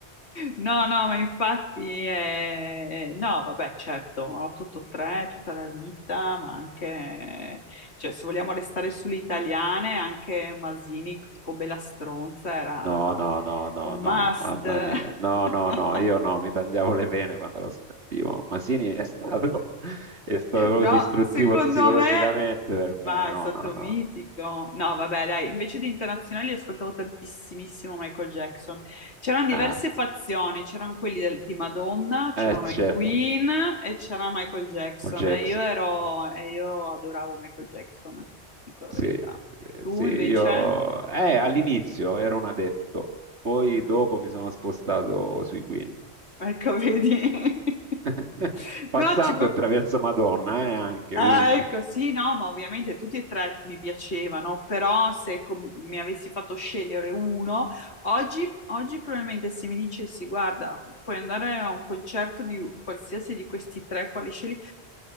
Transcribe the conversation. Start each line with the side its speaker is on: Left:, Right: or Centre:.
Left: No, no, ma infatti, eh, no, vabbè, certo, 883 tutta la vita, ma anche, cioè, se vogliamo restare sulle italiane, anche Masini, tipo Bella Stronza, era
Right: No, no, no, no,
Left: un
Right: no,
Left: must.
Right: mamma
Left: <laughs>
Right: mia. No, no, no, io no, mi tagliavo le vene quando lo sentivo. Masini è stato, <laughs> è stato proprio
Left: No,
Right: distruttivo
Left: secondo
Right: psicologicamente
Left: me,
Right: per
Left: va,
Right: me. No,
Left: è stato
Right: no, no.
Left: mitico. No, vabbè, dai, invece di internazionali ho ascoltato tantissimo Michael Jackson. C'erano diverse
Right: Ah,
Left: fazioni, c'erano quelli del- di Madonna,
Right: eh,
Left: c'erano
Right: certo,
Left: i Queen e c'era Michael Jackson.
Right: Michael Jackson.
Left: E io ero, e io adoravo Michael Jackson, ti dico la
Right: Sì,
Left: verità.
Right: eh,
Left: Tu
Right: sì, io
Left: invece?
Right: eh, all'inizio ero un adepto, poi
Left: Mm,
Right: dopo mi sono spostato sui Queen,
Left: ecco, vedi? <laughs>
Right: <laughs> passando
Left: No, ci puoi.
Right: attraverso Madonna, eh, anche,
Left: Ah,
Right: quindi.
Left: ecco, sì, no, ma ovviamente tutti e tre mi piacevano, però se com- mi avessi fatto scegliere uno, oggi, oggi probabilmente se mi dicessi, guarda, puoi andare a un concerto di qualsiasi di questi tre, quali scegli?